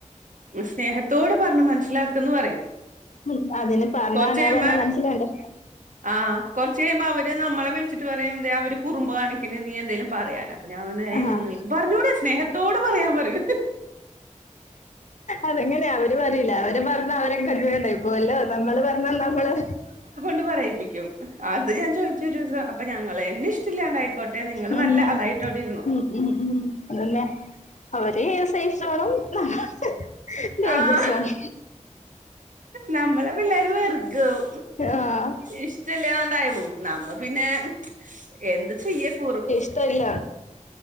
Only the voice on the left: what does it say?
ഉം അതിന് പറഞ്ഞാ
അങ്ങനെ
പറഞ്ഞാ മനസ്സിലാകണ്ടേ
ആഹ്
അതങ്ങനെയാ അവര് പറയില്ല അവര് പറഞ്ഞാ അവരെക്കന്വേണ്ടായിപ്പോവല്ലോ നമ്മള് പറഞ്ഞാ നമ്മള്
ഉം
ഉം ഉം ഉം അതന്നെ അവര് സേഫ് സോണും നമ്മള് ഡെയ്ഞ്ചർ
സോണും
ആഹ്
ട്ടല്ല